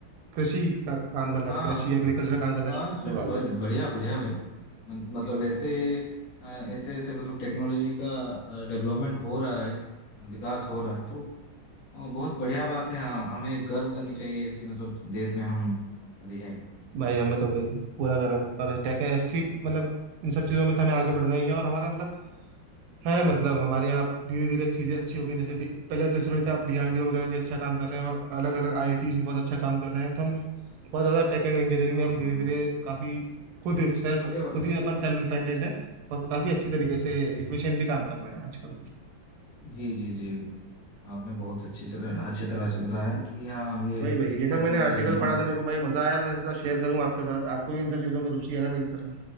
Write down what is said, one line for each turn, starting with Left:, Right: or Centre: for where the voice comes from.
Right: कृषि का काम मतलब
Left: हाँ
Right: कृषि एग्रीकल्चर काम करना
Left: आज
Right: शुरू करने
Left: ब-
Right: वाले हैं
Left: बढ़िया बढ़िया भाई मत- मतलब ऐसे अ, ऐसे ऐसे मतलब टेक्नोलॉजी का डेवलपमेंट हो रहा है विकास हो रहा है तो अ, बहुत बढ़िया बात है हाँ हमें गर्व करनी चाहिए ऐसी मतलब देश में हम अभी हैं
Right: भाई हमें
Left: तो
Right: तो भाई पूरा गर्व है। और टेक ऐसी मतलब इन सब चीज़ों में तो हमें आगे बढ़ना ही है और हमारा मतलब है मतलब हमारे यहाँ धीरे धीरे चीज़ें अच्छी हो गई जैसे डी- पहले तो इसरो था अब डीआरडीओ वगैरह भी अच्छा काम कर रहे हैं और अलग अलग आईआईटीज भी बहुत अच्छा काम कर रहे हैं तो हम बहुत ज़्यादा टेक एंड इंजीनियरिंग
Left: हाँ
Right: में हम
Left: हाँ
Right: धीरे
Left: हाँ
Right: धीरे काफ़ी खुद सेल्फ
Left: आगे बढ़
Right: खुद ही अपन सेल्फ डिपेंडेंट है और काफ़ी अच्छी तरीके से इफिशिएंटली काम कर रहे हैं आजकल
Left: जी जी जी आपने बहुत अच्छी से अच्छी तरह से बताया कि हाँ ये
Right: वही भाई ये सब
Left: टेक्नोलॉजी
Right: मैंने आर्टिकल पढ़ा
Left: हाँ
Right: तो मेरे को भाई मज़ा आया मैंने सोचा शेयर करूँ आपके साथ आपको भी इन सब चीज़ों में रुचि है ना मेरी तरह